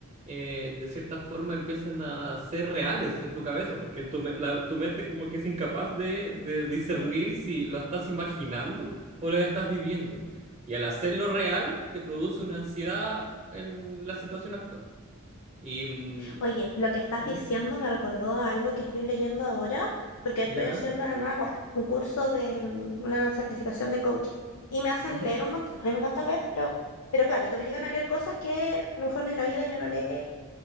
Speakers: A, on the right; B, on the left.
A: eh, de cierta forma empiezan a ser reales en tu cabeza, porque en tu, me- la- tu mente como que es incapaz de, de discernir
B: Sí,
A: si lo estás imaginando o lo estás viviendo. Y al hacerlo real, te produce una ansiedad en la situación actual. Y, mm,
B: sí. Oye, lo que estás
A: ¿Mm?
B: diciendo me recordó a algo que estoy leyendo ahora, porque
A: ya,
B: estoy haciendo además, bueno, un curso de mm, una certificación de coaching. Y me hacen
A: ujú,
B: leer un montón. A mí me encanta leer, pero, pero claro, te obligan a leer cosas que a lo mejor en la vida yo no leí.